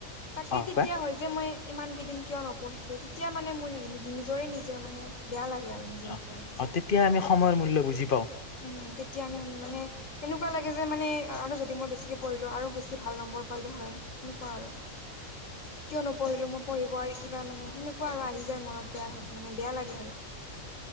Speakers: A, on the left; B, on the left.
A: তাকেই
B: অ'
A: তেতিয়া
B: কোৱা
A: হৈ যা যে মই ইমান কেইদিন কিয় নপঢ়িলোঁ? তেতিয়া মানে মোৰ নিজৰে নিজে মানে বেয়া লাগে আৰু নিজৰ
B: অ',
A: ওপৰত
B: অ'
A: যে
B: তেতিয়া আমি সময়ৰ মূল্য বুজি পাওঁ!
A: উম, তেতিয়া আমি মানে এনেকুৱা লাগে যে মানে আৰু যদি মই বেছিকে পঢ়িলো আৰু বেছি ভাল নম্বৰ পালোঁ হয়! এনেকুৱা আৰু।
B: <inaudible>
A: কিয় নপঢ়িলোঁ মই পঢ়িব আৰু কিবা মানে এনেকুৱা আৰু আহি যায় মনত বেয়া ভাব, বেয়া লাগে আৰু।